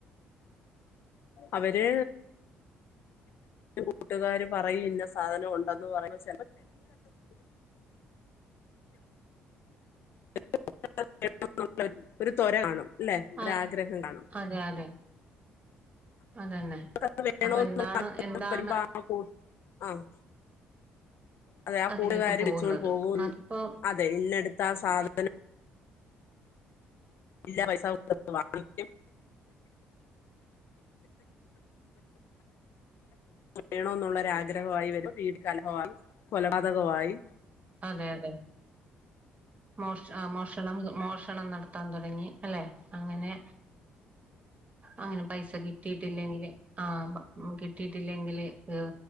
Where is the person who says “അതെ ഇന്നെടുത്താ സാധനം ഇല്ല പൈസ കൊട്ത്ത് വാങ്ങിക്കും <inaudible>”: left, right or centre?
Left